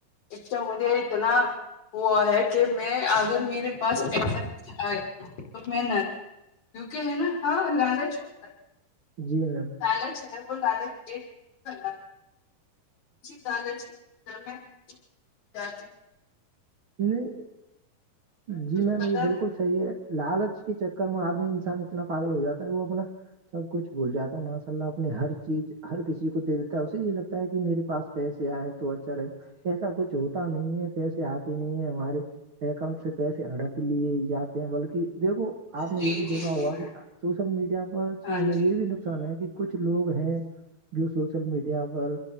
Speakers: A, on the left; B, on the right.
A: ایک تو مجھے اتنا <unintelligible> <unintelligible> ہوا ہے کہ میں اگر میرے پاس ایسا کچھ آئے تو میں نہ دوں کیونکہ ہے نا ہاں لدہ چھوڑتا ہے
B: جی میم
A: پال ہے وہ لالچ ایک کلا ہے جی لالچ کی <unintelligible> <unintelligible> سھر میں ج <unintelligible> <unintelligible>
B: نہیں جی
A: کچھ
B: میم
A: پتا
B: یہ بالکل
A: نہیں
B: <unintelligible> چاہیے لالچ کے چکر میں آدمی انسان اتنا پاگل ہو جاتا ہے وہ اپنا <unintelligible> سب کچھ بھول جاتا ہے ماشاء اللہ اپنے ہر <unintelligible> چیز ہر کسی کو دے دیتا ہے اسے یہ لگتا ہے کہ میرے پاس پیسے آئے تو اچھا رہے ایسا کچھ <unintelligible> جو ہوتا نہیں ہے پیسے آتی نہیں ہے ہمارے اکاؤنٹ سے پیسے ہڑپ <unintelligible> لیے جاتے ہیں بلکہ دیکھو آپ
A: جی
B: نے یہ بھی دیکھا
A: جی
B: ہوگا
A: جی
B: کہ سوشل میڈیا پر
A: ہاں
B: ہمیں
A: جی
B: یہ بھی نقصان ہے کہ <unintelligible> کچھ لوگ ہیں جو سوشل میڈیا پر